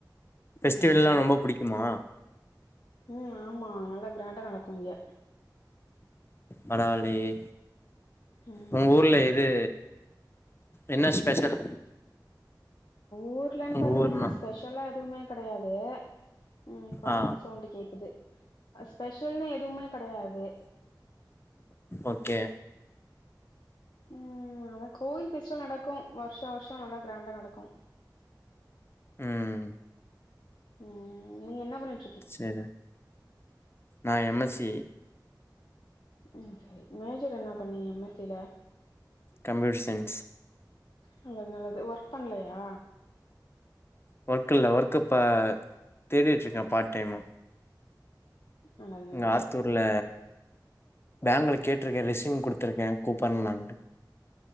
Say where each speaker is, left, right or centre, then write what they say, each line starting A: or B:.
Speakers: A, on the left; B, on the left.
A: பெஸ்டிவெல்லா
B: ம்
A: ரொம்ப புடிக்குமா?
B: ம் ஆமா அ நல்ல க்கிராண்டா நடக்கு இங்க
A: பரவாளையே
B: ம்
A: உங் ஊர்ல இது என்ன ஸ்பெஷல்
B: ஊர்லன்னு
A: உங்க
B: பாத்தீங்கன்னா
A: ஊர்னா
B: ஸ்பெஷலா எதுவ்மே கடையாது ம் காத்து
A: ஆ
B: சவுண்டு கேக்குது ஸ்பெஷல்னு எதுவ்மே கடையாது
A: ஓகே
B: ம் ஆனா கோவில் ஃபெஸ்டிவல் நடக்கு வர்ஷோ வர்ஷோ நல்லா கிராண்டா நடக்கு
A: ம்
B: ம் நீங்க என்ன பண்ணிட்
A: சேரு நா எம் எஸ் சி
B: ம் சேரி மேஜர் என்னா பண்ணீங்க எம் எஸ் சி ல
A: கம்ப்யூட்டர் சயின்ஸ்
B: நல்லது நல்லது ஒர்க் பண்லையா
A: வொர்க் இல்ல வொர்க் இப்ப தேடிட்டிருக்கே பார்ட் டைமு
B: நல்லது
A: அங்க
B: நல்லது
A: ஆத்தூரில பேங்க்ல கேட்டிருக்கே ரெஸ்யூம் குடுத்திருக்கே கூப்பன்னாங்க